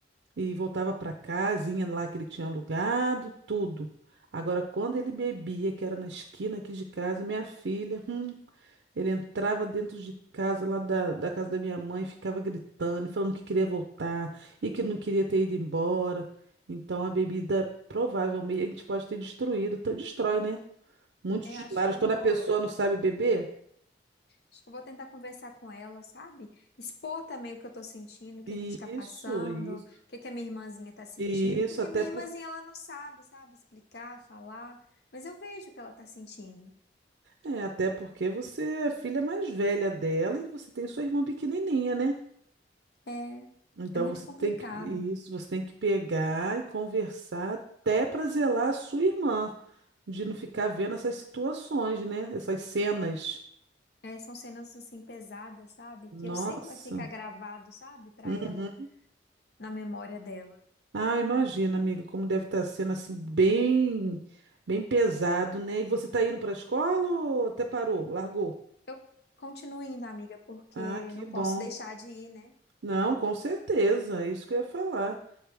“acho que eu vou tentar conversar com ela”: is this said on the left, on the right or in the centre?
Left